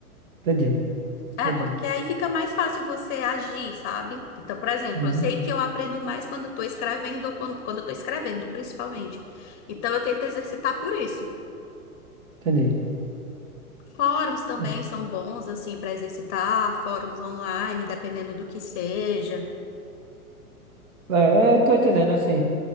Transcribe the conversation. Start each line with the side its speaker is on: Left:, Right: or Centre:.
Right: Entendi,
Left: É,
Right: entendi.
Left: porque aí fica mais fácil você agir, sabe? Então, por exemplo,
Right: Uhum,
Left: eu sei que eu aprendo mais quando estou escrevendo, ou quando, quando eu tô escrevendo, principalmente. Então, eu tento exercitar por isso.
Right: entendi.
Left: Fóruns também
Right: entendi.
Left: são bons, assim, para exercitar, fóruns online, dependendo do que seja.
Right: É, é, eu tô entendendo, assim.